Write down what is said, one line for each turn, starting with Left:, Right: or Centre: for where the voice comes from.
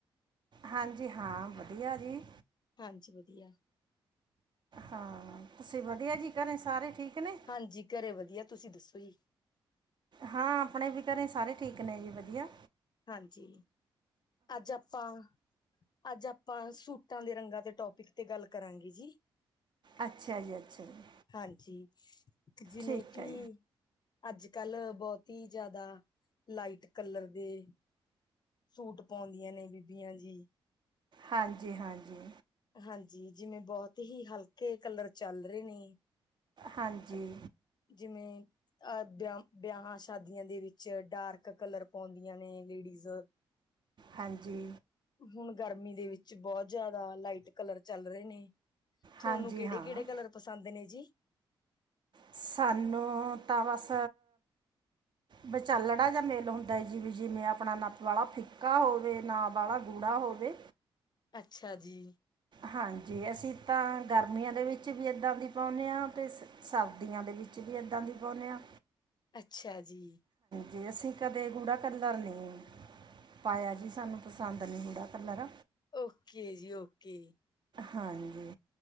Right: ਹਾਂਜੀ ਹਾਂ ਵਧੀਆ ਜੀ।
Left: ਹਾਂਜੀ ਵਧੀਆ।
Right: ਹਾਂ, ਤੁਸੀਂ ਵਦੀਆ ਜੀ ਘਰੇ ਸਾਰੇ ਠੀਕ ਨੇ
Left: ਹਾਂਜੀ, ਘਰੇ ਵਦੀਆ ਤੁਸੀ ਦੱਸੋ ਜੀ।
Right: ਹਾਂ, ਆਪਣੇ ਵੀ ਘਰੇ ਸਾਰੇ ਠੀਕ ਨੇ ਜੀ ਵਦੀਆ।
Left: ਹਾਂਜੀ। ਅੱਜ ਆਪਾਂ, ਅੱਜ ਆ ਆਪਾਂ ਸੂਟਾਂ ਦੇ ਰੰਗਾਂ ਤੇ ਟੋਪਿਕ ਤੇ ਗੱਲ ਕਰਾਂਗੇ ਜੀ।
Right: ਅੱਛਾ ਜੀ, ਅੱਛਾ ਜੀ।
Left: ਹਾਂਜੀ ਜਿਵੇਂ
Right: ਠੀਕ
Left: ਕਿ
Right: ਹੈ
Left: ਅੱਜ-ਕੱਲ ਬੋਤੀ ਜਾਦਾ ਲਾਈਟ ਕੱਲਰ ਦੀ ਸੂਟ ਪਾਉਂਦੀਆਂ ਨੇ ਬੀਬੀਆਂ ਜੀ।
Right: ਹਾਂਜੀ ਹਾਂਜੀ।
Left: ਹਾਂਜੀ, ਜਿਵੇਂ ਬੋਹਤ ਈ ਹਲਕੇ ਕਲਰ ਚੱਲ ਰਏ ਨੇ।
Right: ਹਾਂਜੀ
Left: ਅ ਜਿਵੇਂ ਅ ਬੇ ਬੇਯਾਂ ਹਾਂ ਸ਼ਾਦੀਆਂ ਦੇ ਵਿੱਚ, ਡਾਰਕ ਕਲਰ ਪਾਊਂਦੀਆਂ ਨੇ ਲੇੜੀਜ਼।
Right: ਹਾਂਜੀ।
Left: ਹੁਣ ਗਰਮੀ ਦੇ ਵਿੱਚ ਬੋਤ ਜੇਆਦਾ ਲਾਈਟ ਕੱਲਰ ਚੱਲ ਰਏ ਨੇ। ਤੁਹਾਨੂੰ
Right: ਹਾਂਜੀ
Left: ਕਿਹੜੇ
Right: ਹਾਂ
Left: ਕਿਹੜੇ ਕਲਰ ਪਸੰਦ ਨੇ ਜੀ।
Right: ਸਾਨੂੰ ਤਾਂ ਬਸ ਬਚਾਲੜਾ ਜਾ ਮੇਲ ਹੁੰਦੈ। ਜਿਮੇ, ਜਿਮੇ ਆਪਣਾ ਨਾ ਵਾਲਾ ਫਿੱਕਾ ਹੋਵੇ ਨਾ ਵਾਲਾ ਗੂ <unintelligible>
Left: ਅੱਛਾ ਜੀ।
Right: ਹਾਂਜੀ, ਅਸੀਂ ਤਾਂ ਗਾਰਮੀਆਂ ਦੇ ਵਿੱਚ ਵੀ ਏਦਾਂ ਦੀ ਪਾਂਓਨੇ ਆਂ, ਤੇ ਸ ਸ ਸਾਰਦੀਆਂ ਦੇ ਵਿੱਚ ਵੀ ਏਦਾਂ ਦੀ ਪਾਉਨੇ ਆ
Left: ਅੱਛਾ ਜੀ।
Right: ਜੇ ਅਸੀਂ ਕਦੇ ਗੂੜਾ ਕੱਲਰ ਨਈ ਪਾਏਆ ਜੀ, ਸਾਨੂੰ ਪਸੰਦ ਨੀ ਹੂੰਦਾ ਕੱਲਰ।
Left: ਓਕੇ ਜੀ, ਓਕੇ ਜੀ।
Right: ਹਾਂਜੀ।